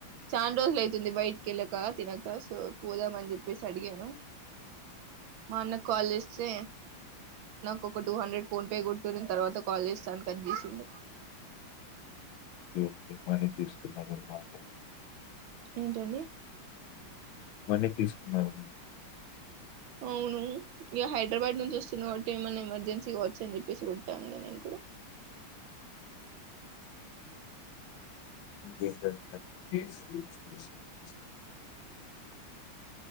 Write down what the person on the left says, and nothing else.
జ మైన తీసుతి మారలున్నాట
మన్ని తీసుకున్నారు
<unintelligible>